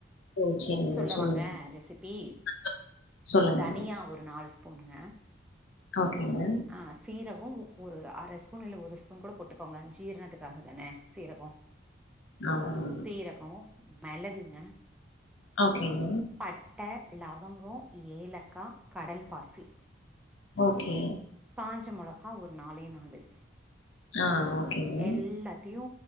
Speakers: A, on the left (about 75°); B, in the centre.
A: ஓ! சரிங்க.
B: சொல்லவாங்க
A: சொல்லுங்க.
B: ரெசிபி
A: அ சொ சொல்லுங்க.
B: தனியா ஒரு நால் ஸ்பூன்ங்க
A: ஓகேங்க
B: ஆ சீரகொ ஒரு அர ஸ்பூன் இல்ல ஒரு ஸ்பூன் கூட போட்டுக்கோங்க ஜீரணத்துக்காக தானே சீரகொ
A: ஆமாங்க.
B: சீரகொ மிளகுங்க
A: ஓகேங்
B: பட்ட லவங்கோ ஏலக்கா கடல்பாசி
A: ஓகே
B: காஞ்ச மொளகா ஒரு நாலே நாளு
A: ஆ ஓகேங்க.
B: எல்லாத்தியு